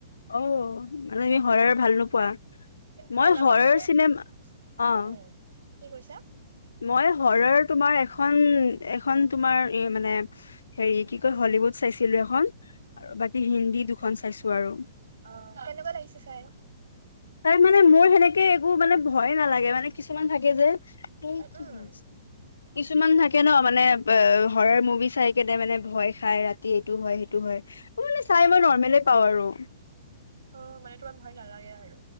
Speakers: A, on the left (about 85°); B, on the right (about 80°).
A: অ', মানে তুমি হ'ৰৰ ভাল নোপোৱা?
B: ভাল
A: মই
B: নাপা
A: হ'ৰৰ
B: মানে
A: চিনেমা
B: উম
A: অ।
B: উম কি কৈছা?
A: মই হৰৰ তোমাৰ এখন, এখন তোমাৰ মানে হেৰি কি কয় হলিউড চাইছিলো এখন। আৰু বাকী হিন্দী দুখন চাইছো। তো আৰু।
B: অহ, কেনেকুৱা লাগিছে চাই।
A: তাই মানে মোৰ সেনেকে একো মানে ভয় নালাগে মানে কিছুমান থাকে যে। এই কি
B: উম উম।
A: হৈছে কিছুমান থাকে ন' মানে অহ, হ'ৰৰ মুভি চাই কেনে মানে ভয় খাই ৰাতি এইটো হয় সেইটো হয়। মানে চাই‌ মই নৰৰ্মেল পাওঁ আৰু।
B: অহ মানে তোমাৰ ভয় নালাগে আৰু।